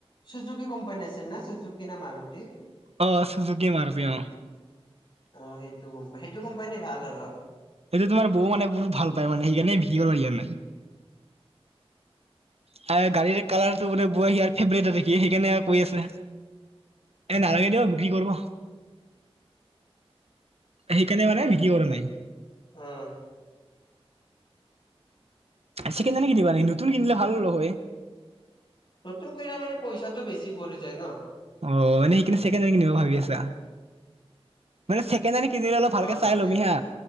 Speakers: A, on the left (about 50°); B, on the right (about 75°).
A: চুজুকি কোম্পানী আছিল না চুজুকি না মাৰুতি?
B: অঁ অঁ চুযুকি মাৰুতি অঁ।
A: অঁ সেইটো কোম্পা সেইটো কোম্পানী ভাল আৰু।
B: সেইটো তোমাৰ বৌ মানে বহু ভাল পায় মানে সেইকাৰণে বিক্ৰী কৰিবা দিয়া নাই। হায় গাড়ীৰ কালাৰ টো বোলে বৌৰ হিয়াৰ ফেভাৰেত আৰু কি সেইকাৰণে আৰু কৈ আছে। এ নালাগে দিয়ক বিক্ৰী কৰিব। সেইকাৰণে মানে বিক্ৰী কৰা নাই।
A: অঁ।
B: ছেকেণ্ড হেণ্ডহে কিনিবা নি? নতুন কিনিলে ভাল হ'ল হয়।
A: নতুন কৰিলে মানে পইচাটো বছি পৰি যায় ন?
B: অ'মানে সেইকাৰণে ছেকেণ্ড হেণ্ড কিনিব ভাবি আছলা মানে ছেক কেণ্ড কিনিলে অলপ ভালকে
A: অ চাকে
B: চাই লবি হা